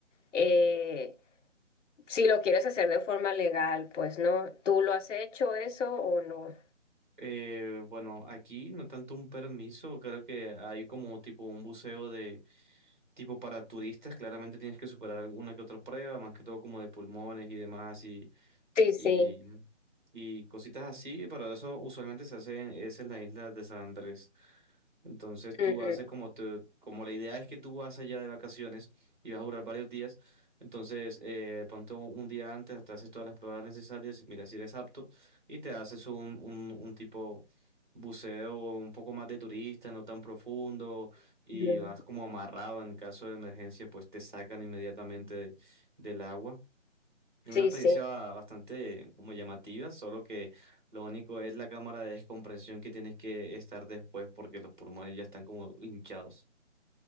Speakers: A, on the left; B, on the right.
A: eh, si lo quieres hacer de forma legal, pues, ¿no? ¿Tú lo has hecho eso o no?
B: Eh, bueno, aquí no tanto un permiso, creo que hay como tipo un buceo de tipo para turistas, claramente tienes que superar alguna que otra prueba, más que todo como de pulmones y demás y,
A: Sí, sí.
B: y, y cositas así, pero eso usualmente se hace en, es en la isla de San Andrés. Entonces tú
A: Mm,
B: haces como te, como la idea es que tú vas allá de vacaciones y vas a durar varios días, entonces eh, ponte un, un día antes, te haces todas las pruebas necesarias, mira si eres apto y te haces un, un, un tipo buceo un poco más de turista, no tan profundo y
A: mm,
B: vas
A: mm.
B: como amarrado en caso de emergencia, pues te sacan inmediatamente de- del agua. Es
A: Sí,
B: una experiencia
A: sí.
B: bastante como llamativa, solo que lo único es la cámara de descompresión que tienes que estar después porque los pulmones ya están como hinchados.